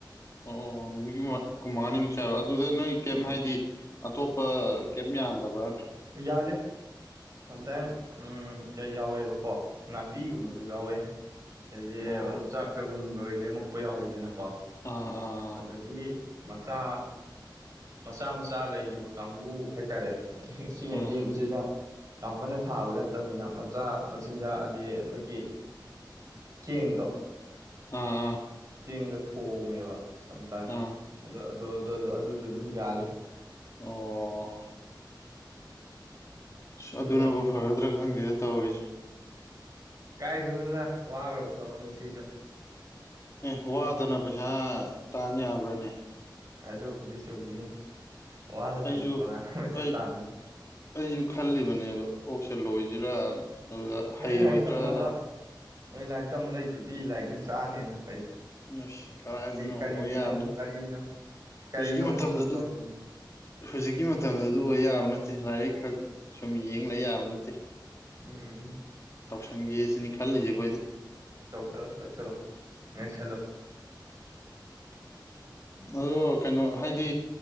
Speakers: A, on the left; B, on the right.
A: ꯑꯣ ꯅꯨꯃꯤꯠ ꯀꯨꯟꯃꯉꯥꯅꯤ ꯃꯨꯛ ꯆꯂ ꯑꯗꯨꯗ ꯅꯣꯏ ꯀꯩꯝ
B: ꯎꯝ
A: ꯍꯥꯏꯗꯤ ꯑꯇꯣꯞꯄ ꯀꯩꯝ ꯌꯥꯗꯕ꯭ꯔꯥ
B: ꯌꯥꯜꯂꯦ ꯁꯝꯇꯥꯏꯝ ꯎꯝ ꯀꯩ ꯌꯥꯎꯋꯦꯕꯀꯣ ꯉꯥ ꯄꯤꯒꯨꯝꯕꯁꯨ ꯌꯥꯎꯋꯦ ꯑꯩꯁꯦ
A: ꯑꯣ
B: ꯑꯗꯨꯝ ꯆꯥꯛ ꯆꯒꯨꯝ ꯍꯣꯏ ꯂꯦꯝꯃꯛꯄ ꯌꯥꯎꯋꯤꯗꯅ ꯀꯣ
A: ꯑꯥ ꯑꯥ
B: ꯑꯗꯒꯤ ꯃꯆꯥ ꯃꯆꯥ ꯃꯆꯥ ꯂꯩꯔꯤꯕ ꯀꯥꯡꯕꯨ ꯍꯥꯏꯇꯥꯔꯦ ꯑꯗꯍꯤ ꯁꯤꯉꯩꯗꯤ
A: ꯑꯥ ꯑꯥ
B: ꯃꯆꯤꯟꯖꯥꯛ ꯌꯥꯝ ꯀꯟꯅ ꯊꯥꯕ ꯅꯠꯇꯕꯅꯤꯅ ꯃꯆꯥ ꯃꯆꯤꯟꯖꯥꯛ ꯑꯥ ꯑꯩꯈꯣꯏꯒꯤ ꯆꯦꯡꯗꯣ
A: ꯑꯥ ꯑꯥ
B: ꯆꯦꯡꯗꯣ ꯊꯣꯡꯉꯦꯕ ꯁꯝꯇꯥꯝ
A: ꯑꯥ
B: ꯑꯗꯣ ꯑꯗꯨꯁꯨ ꯑꯗꯨꯝ ꯌꯥꯂꯦ
A: ꯑꯣ ꯑ ꯑꯗꯨꯅꯕꯨ
B: ꯑꯗꯨꯅꯤ
A: ꯐꯔꯗ꯭ꯔꯥ ꯈꯪꯗꯦꯗ ꯇꯧꯔꯤꯁꯦ
B: ꯀꯥꯏꯗꯩꯅꯣꯗꯥ ꯋꯥꯒꯔꯕ ꯊꯕꯛꯅꯤ ꯁꯤꯖꯨ
A: ꯑꯦ ꯋꯥꯗꯅ ꯄꯩꯁꯥ ꯇꯥꯟ ꯌꯥꯕ꯭ꯔꯥꯅꯦ
B: ꯑꯗꯨꯕꯨꯗꯤ ꯆꯨꯝꯃꯤꯅꯤ ꯋꯥꯗꯅꯕꯨ
A: ꯑꯩꯁꯨ
B: ꯀꯅꯥꯅ ꯑꯣꯏꯖ
A: ꯑꯩ
B: ꯇꯥꯅꯤ
A: ꯑꯩꯁꯨ ꯈꯜꯂꯤꯕꯅꯦꯕ ꯑꯣꯛꯁꯦ ꯂꯣꯏꯁꯤꯔꯅ ꯑꯗꯨꯗ
B: ꯅꯣꯏ
A: ꯍꯩꯔꯣꯏꯗ꯭ꯔꯥꯅ
B: ꯂꯥꯏꯔꯤꯛ ꯇꯝꯃꯒ ꯅꯣꯏ ꯂꯥꯏꯔꯤꯛ ꯇꯝꯕ ꯂꯩꯗꯨꯗꯤ ꯂꯥꯏꯔꯤꯛꯅ ꯆꯥꯅꯤꯅ
A: ꯑꯁ ꯀꯗꯥꯥꯏꯗꯅꯣ
B: ꯀꯔꯤꯅꯣ
A: ꯑꯣꯏ ꯌꯥꯕ ꯅꯠꯇꯦ
B: ꯀꯔꯤꯅꯣ ꯀꯔꯤꯅꯣꯕ
A: ꯍꯧꯖꯤꯛꯀꯤ ꯃꯇꯝꯗ
B: ꯑꯃꯨꯛ
A: ꯑꯗꯨ
B: ꯇꯧꯅꯤꯡꯉꯤ
A: ꯍꯧꯖꯤꯛꯀꯤ ꯃꯇꯝꯗ ꯑꯗꯨ ꯑꯣꯏ ꯌꯥꯕ ꯅꯠꯇꯦ ꯂꯥꯏꯔꯤꯛ ꯈꯛ ꯁꯨꯝ ꯌꯦꯡ ꯂꯩ ꯌꯥꯕ ꯅꯠꯇꯦ
B: ꯎꯝ
A: ꯇꯧꯁꯟꯒꯦ ꯁꯤꯅꯤ ꯈꯜꯂꯤꯁꯦ ꯑꯩꯈꯣꯏ
B: ꯇꯧꯁꯜꯂꯣ ꯇꯧꯁꯜꯂꯣ ꯅꯣꯝ ꯁꯜꯂꯣ
A: ꯑꯗꯣ ꯀꯩꯅꯣ ꯍꯥꯏꯗꯤ